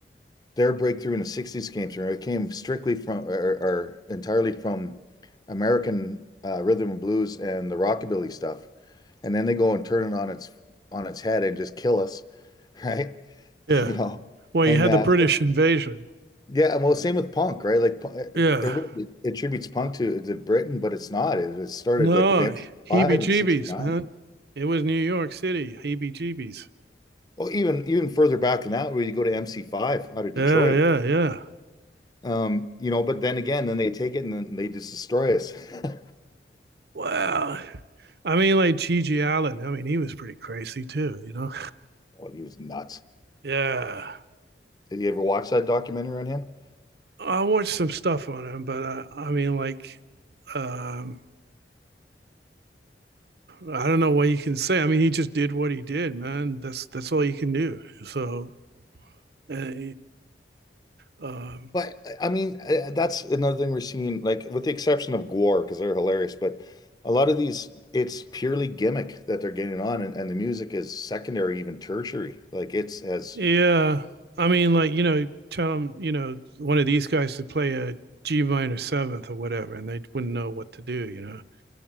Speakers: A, on the left; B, on the right.
A: their breakthrough in the '60s came through, it came strictly from or, or entirely from American uh, rhythm and blues and the rockabilly stuff, and then they go and turn it on its on its head and just kill us, right?
B: yeah.
A: <laughs> You know,
B: Well,
A: and
B: you had
A: uh,
B: the British invasion.
A: Yeah, and well, same with punk, right? Like pu- eh,
B: Yeah.
A: everybody attributes punk to to Britain, but it's not. It, it started
B: No,
A: like with MC5
B: heebie jeebies,
A: and 69.
B: man. It was New York City, heebie jeebies.
A: Well, even even further back than that, we go to MC5 out of Detroit.
B: Yeah, yeah, yeah.
A: Um, you know, but then again, then they take it and then they just destroy us. <laughs>
B: Wow. I mean, like Gigi Allen. I mean, he was pretty crazy too, you know?
A: Well, he was nuts.
B: Yeah.
A: Did you ever watch that documentary on him?
B: I watched some stuff on him, but uh, I mean, like, um, I don't know what you can say. I mean, he just did what he did, man. That's that's all you can do. So, uh, um,
A: But I I mean, uh, that's another thing we're seeing, like with the exception of Gwar, because they're hilarious, but a lot of these, it's purely gimmick that they're getting on, and, and the music is secondary, even tertiary. Like it's as
B: Yeah. I mean, like, you know, tell them, you know, one of these guys to play a G minor seventh or whatever, and they wouldn't know what to do, you know.